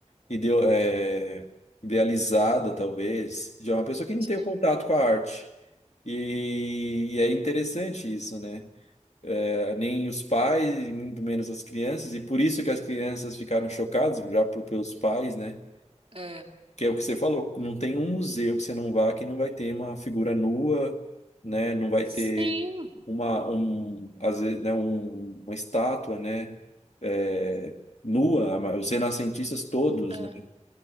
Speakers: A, on the left (about 70°); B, on the right (about 55°).
A: ideo- é, idealizada, talvez, de uma pessoa que não
B: sim.
A: tem o contato com a arte. E, e é interessante isso, né? É, Nem os pais, e muito menos as crianças, e por isso que as crianças ficaram chocadas, já por- pelos pais, né?
B: É.
A: Que é o que você falou, não tem um museu que você não vá que não vai ter uma figura nua, né? Não vai
B: Sim.
A: ter uma, um, às vezes, né, um- uma estátua, né? É, nua. Os renascentistas todos,
B: É.
A: né,